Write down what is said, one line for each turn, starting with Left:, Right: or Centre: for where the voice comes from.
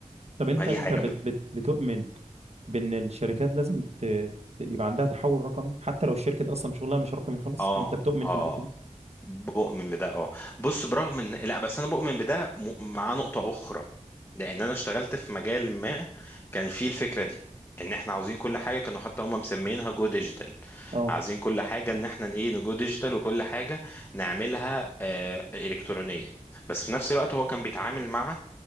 Right: طب انت
Left: ما دي
Right: انت
Left: حاجه
Right: بت
Left: ب...
Right: بت بتؤمن بان الشركات لازم ت... ت- يبقى عندها تحول رقمي حتى لو الشركة دي اصلا شغلها مش رقمي خالص
Left: اه
Right: انت بتؤمن
Left: اه
Right: في الحتة دي
Left: بؤمن بده اه بص برغم ان لا بس انا بؤمن بده م- مع نقطة اخرى لان انا اشتغلت في مجال ما كان فيه الفكرة دي ان احنا عاوزين كل حاجة كانوا حتى هم مسمينها جو ديجيتال
Right: اه
Left: عايزين كل حاجة ان احنا ايه نجو ديجيتال وكل حاجة نعملها آه الكترونية بس في نفس الوقت هو كان بيتعامل مع